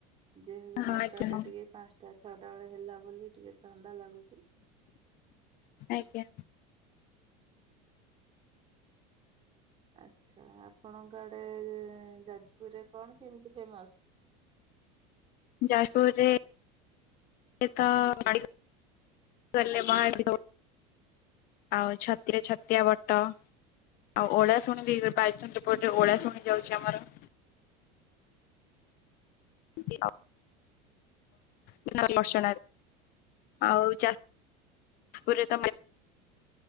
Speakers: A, on the right; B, on the left.
A: ଯେହେତୁ
B: ହଁ।
A: ବର୍ଷା
B: ଆଜ୍ଞା ହଁ
A: ଟା ଟିକେ ପାଞ୍ଚଟା ଛଅଟା ବେଳେ ହେଲା ବୋଲି ଟିକେ ଥଣ୍ଡା ଲାଗୁଚି।
B: ଆଜ୍ଞା।
A: ଆଛା ଆପଣଙ୍କ ଆଡ଼େ ଯାଜପୁରରେ କଣ କେମିତି ଫେମସ୍।
B: ଯାଜପୁରରେ <unintelligible> ଆଉ ଛତିଆ ଛତିଆ ବଟ। ଆଉ ଓଳାଶୁଣି ବି ବାଲିଚନ୍ଦ୍ରପୁର ରେ ଓଳାଶୁଣି ଯାଉଚି ଆମର। <unintelligible> <unintelligible> ଆଉ ଚାଷ <unintelligible>